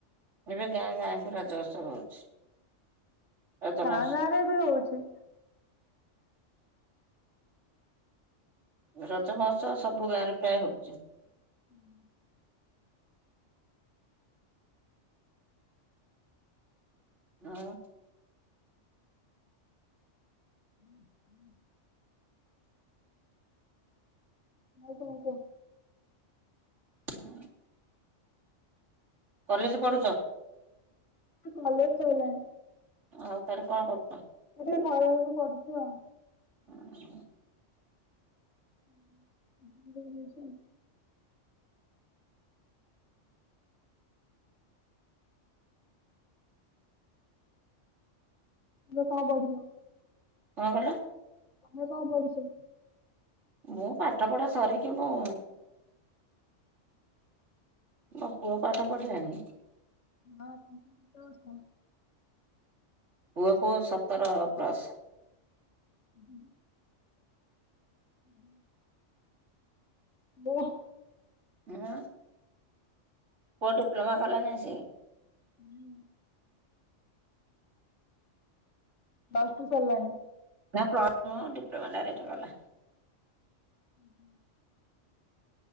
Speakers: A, on the right; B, on the left.
A: ଏବେ ଗାଁ ଗାଁଙ୍କ ରଜ ଉତ୍ସବ ହଉଛି। ରଜ
B: ଗାଁ
A: ମହୋତ୍ସବ
B: ଗାଁରେ ବି ହଉଚି।
A: ରଜ ମୋହତ୍ସବ ସବୁ ଗାଁରେ ପ୍ରାୟ ହଉଚି।
B: <inaudible>
A: ଆଉ।
B: <inaudible> ଆଉ କଣ କହ।
A: <inaudible> କଲେଜ୍ ପଢ଼ୁଚ?
B: କଲେଜ୍ ସଇଲାଣି।
A: ଆଉ ତାନେ କଣ କରୁଚ?
B: ଏବେ ଘରେ ରହିକି ପଢୁଛି ଆଉ।
A: ଓହୋ।
B: <unintelligible> ତୁମେ କଣ ପଢ଼ିଚ?
A: କଣ କହିଲ?
B: ତମେ କଣ ପଢ଼ିଚ?
A: ମୁଁ ପାଠପଢ଼ା ସରିକି ମୁଁ ମୋ ପୁଅ ପାଠ ପଢିଲାଣି।
B: ମା ଆପଣଙ୍କୁ କେତେ ବର୍ଷ?
A: ପୁଅକୁ ସତର ପ୍ଲସ୍।
B: <inaudible> <inaudible> ବୋ
A: ଆଁ ପୁଅ ଡିପ୍ଲୋମା କଲାଣି ଆସିକି।
B: ହୁଁ। ପ୍ଲସ୍ ଟୁ ସରିଲାଣି।
A: ନା ପ୍ଲସ୍ ଟୁ ନୁହଁ ଡିପ୍ଲୋମା ଡାଇରେକ୍ଟ କଲା।
B: ଉହୁଁ।